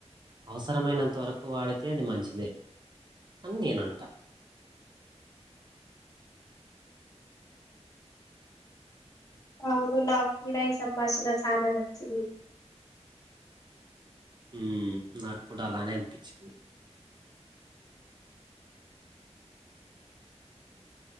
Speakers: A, on the right; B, on the left.
A: అవసరమైనంత వరకు వాడితే అది మంచిదే అని నేనంట
B: అవును నాకు కూడా ఈ సంభాషణ చాలా నచ్చింది
A: ఉమ్ నాకు కూడా అలానే అనిపించింది